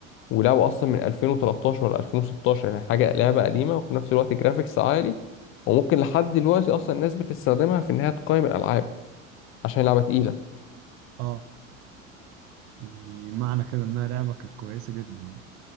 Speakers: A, on the left (about 30°); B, on the right (about 35°).
A: ولعبه اصلا من 2013 ولا 2016 يعني حاجه لعبه قديمه وفي نفس الوقت جرافيكس عالي وممكن لحد دلوقتي اصلا الناس بتستخدمها في انها تقيم الالعاب عشان لعبه تقيله
B: اه دي معنى كده انها لعبة كانت كويسة جدا يعني